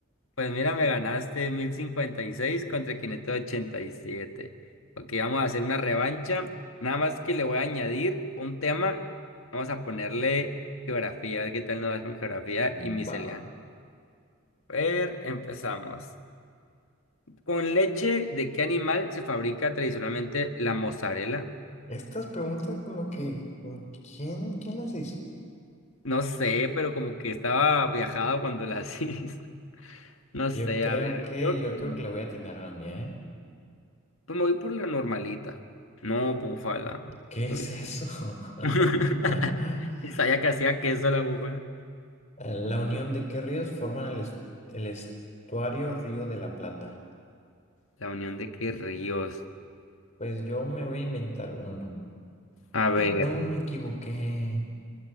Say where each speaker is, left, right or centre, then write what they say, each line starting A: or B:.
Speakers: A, on the left; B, on the left.
A: Pues mira, me ganaste 1056 contra 587. Ok, vamos a hacer una revancha. Nada más que le voy a añadir un tema. Vamos a ponerle geografía, a ver qué tal nos va con geografía
B: va
A: y miscelánea. A ver, empezamos. ¿Con leche de qué animal se fabrica tradicionalmente la mozzarella?
B: Estas preguntas como que, ¿quién, quién las hizo?
A: No sé, pero como que estaba viajado cuando las <laughs> hizo. No
B: Yo
A: sé,
B: creo
A: a ver,
B: que,
A: creo
B: yo
A: que
B: creo que le voy a atinar a la mía, ¿eh?
A: pues me voy por la normalita. No, búfala.
B: ¿Qué
A: Yo-
B: es eso?
A: <laughs>
B: <laughs>
A: Y Sabía que hacía queso la búfala.
B: La unión de qué ríos forman el, es- el estuario Río de la Plata.
A: La unión de qué ríos.
B: Pues yo me voy a inventar uno.
A: A ver,
B: No, me equivoqué.